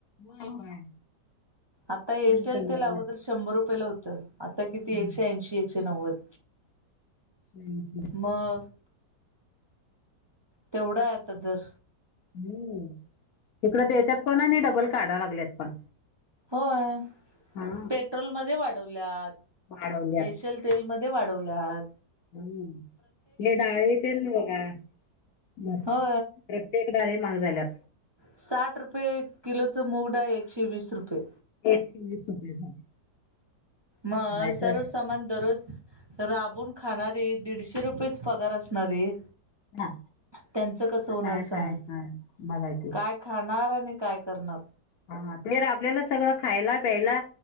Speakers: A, on the left (about 65°); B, on the right (about 25°).
A: हो होय.
B: आता ये असेल
A: एकदम
B: ते
A: बरोबर
B: अगोदर शंभर रुपयाेला होतं. आता किती
A: हा
B: एकशे ऐंशी एकशे नव्वद
A: एकशे ऐंशी
B: मग तेवढा आहेता तरर
A: हम्म तिकड द्यायच्याात पण आणि डबल काढा लागल्यात पण.
B: होय
A: हा
B: पेट्रोल मध्ये वाढवल्यात
A: वाढवल्यात
B: येशल तेल मध्ये वाढवल्या
A: हम् म डाळीेतेल बघा भर
B: हो.
A: प्रत्येक डाळी माग झाल्यात
B: साठ रुपये किलोचं मुगडाळ एकशे वीस रुपये.
A: एकशे वीस रुपये झाले.
B: मग
A: करायचं
B: सर्व सामान दररोज राबून खाणारी दीडशे रुपयेच पगार असणारी
A: हा
B: त्यांचं कसं होणार
A: काय
B: सांगत
A: खायचं बघायचं
B: काय? खाणार आणि काय करणार?
A: हा राबलेलं सगळं खायला प्यायला